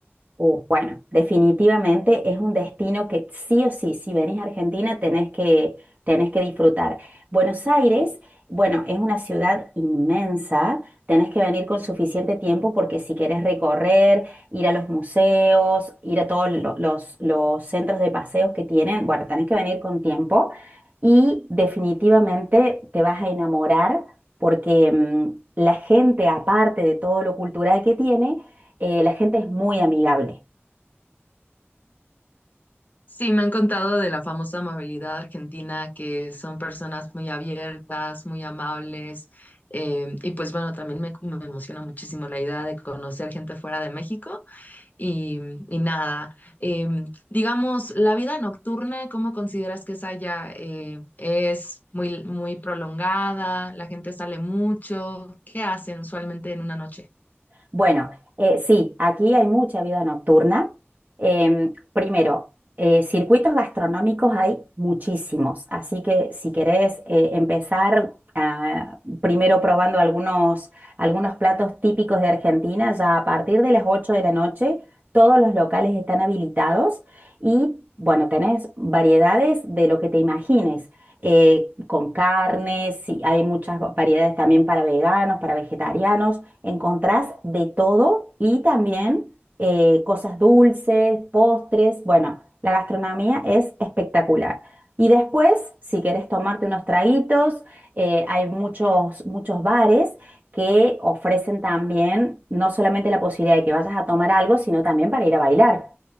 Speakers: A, on the right; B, on the left.
A: Uh, bueno, definitivamente es un destino que sí o sí, si venís a Argentina tenés que, tenés que disfrutar. Buenos Aires, bueno, es una ciudad inmensa, tenés que venir con suficiente tiempo porque si querés recorrer, ir a los museos, ir a todos lo- los, los centros de paseos que tienen, bueno, tenés que venir con tiempo y definitivamente te vas a enamorar porque mm, la gente, aparte de todo lo cultural que tiene, eh, la gente es muy amigable.
B: Sí, me han contado de la famosa amabilidad argentina, que son personas muy abiertas, muy amables. em, y pues bueno, también me me emociona muchísimo la idea de conocer gente fuera de México. y, y nada. Em, digamos, la vida nocturna, ¿cómo consideras que es allá? Eh, ¿es muy, muy prolongada? ¿La gente sale mucho? ¿Qué hacen usualmente en una noche?
A: Bueno, eh, sí, aquí hay mucha vida nocturna. Em, primero, eh, circuitos gastronómicos hay muchísimos, así que si querés eh, empezar ah, primero probando algunos, algunos platos típicos de Argentina, ya a partir de las 8 de la noche todos los locales están habilitados y bueno, tenés variedades de lo que te imagines. eh, con carnes, sí, hay muchas variedades también para veganos, para vegetarianos, encontrás de todo y también eh, cosas dulces, postres, bueno, la gastronomía es espectacular. Y después, si querés tomarte unos traguitos, eh, hay muchos, muchos bares que ofrecen también no solamente la posibilidad de que vayas a tomar algo, sino también para ir a bailar.